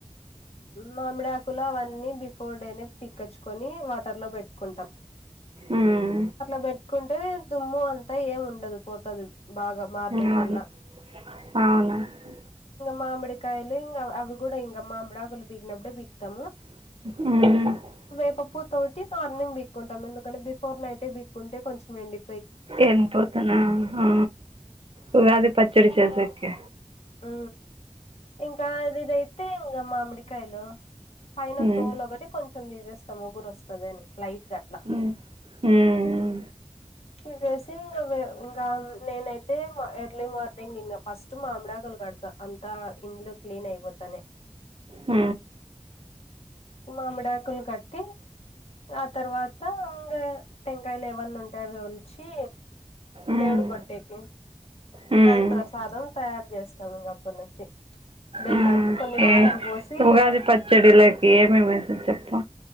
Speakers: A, on the left; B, on the right.
A: మామిడి ఆకులు అవన్నీ బిఫోర్ డేనే పీకచ్చుకొని వాటర్ లో పెట్టుకుంటాం
B: మ్మ్.
A: అట్లా పెట్టుకుంటే దుమ్ము అంతా ఏం ఉండదు పోతది బాగా మార్నింగ్
B: అవును
A: కల్లా
B: అవును
A: మామిడికాయలు ఇంకా అవి కూడా ఇంకా మామిడి ఆకులు పీకినప్పుడే పీకుతాము
B: ఉ
A: వేపపూ తోటి మార్నింగ్ బీక్కుంటా ఎకే బిఫోర్ నైట్ ఎ బీక్కుంటే కొంచెం ఎండి
B: ఎండి పోతేనా ఆ ఉగాది పచ్చడి చేసేకి
A: ఉ ఇంకా అది ఇదైతే ఇంగ మామిడికాయలు పైన
B: ఉమ్
A: తోలు ఒకటి కొంచెం తీసేస్తాం వగరు వస్తది అని లైట్గా అట్లా
B: ఉమ్ ఉమ్
A: తీసేసి ఇంగ నేనైతే ఎర్లీ మార్నింగ్ ఇంగ ఫస్ట్ మామిడాకులు కడ త అంతా ఇండ్లు క్లీన్ అయిపోతనే
B: ఉ
A: మామిడాకులు కట్టి ఆ తర్వాత ఇంగ టెంకాయలు ఏమన్న ఉంటే వలిచి
B: ఉమ్
A: దేవుడుకి కొట్టేకి
B: ఉమ్.
A: ఇంగ అది ప్రసాదం తయారు చేస్తాము ఇంక అప్పుటి నుంచి బెల్లం
B: ఆ
A: కొన్ని వాటర్
B: ఏ
A: పోసి
B: ఉగాది పచ్చడిలకి ఏమేం ఏసూడు చెప్పు.